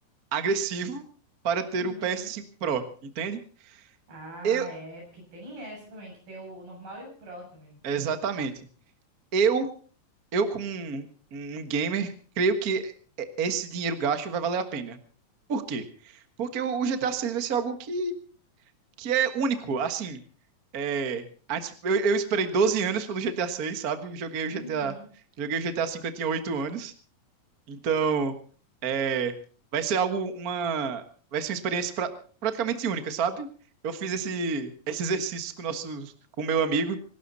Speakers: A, on the right; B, on the right.
A: agressivo para ter
B: Uhum.
A: o PS5 Pro, entende?
B: Ah,
A: Eu,
B: é, porque tem essa também, que tem o normal e o pro também.
A: exatamente. Eu, eu como um, um gamer, creio que e- esse dinheiro gasto vai valer a pena. Por quê? Porque o o GTA 6 vai ser algo que, que é único, assim, é, antes- eu, eu esperei 12 anos pelo GTA 6, sabe? Joguei
B: Uhum.
A: o GTA, joguei o GTA cinco eu tinha 8 anos. Então, é, vai ser algo, uma, vai ser uma experiência pra- praticamente única, sabe? Eu fiz esse, esse exercício com nossos, com meu amigo